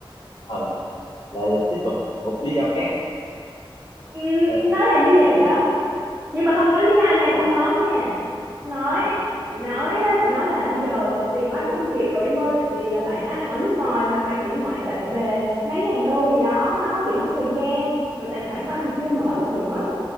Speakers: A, on the left; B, on the right.
A: ừ, là tiếp tục một lý do khác.
B: Ừm,
A: Ờ,
B: nó là như vậy đó nhưng mà không có lý do nha
A: rồi,
B: không nói nha không nói
A: ừ,
B: chị nói á, chị nói là bây giờ tiền của anh chắc không kịp rồi em ơi tại vì à, bạn anh đang ở nước ngoài mà phải chuyển ngoại tệ về mấy ngàn đô gì đó nó bị mất thời gian rồi tài khoản của anh thì chưa mở được nữa